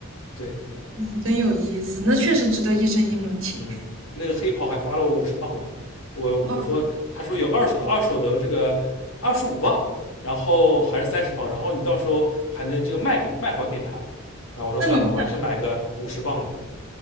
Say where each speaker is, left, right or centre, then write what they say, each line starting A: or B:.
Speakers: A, on the left; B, on the right.
A: 对，
B: 嗯，真有意思，那确实值得一身英伦情。
A: 嗯，那个黑袍还花了我五十磅呢，我我说他说有二手的，
B: 哇，
A: 二手的这个二十五磅，然后还是三十磅，然后你到时候还能这个卖给卖还给他，啊，我说算了吧，
B: 那你那
A: 我还是买个五十磅的，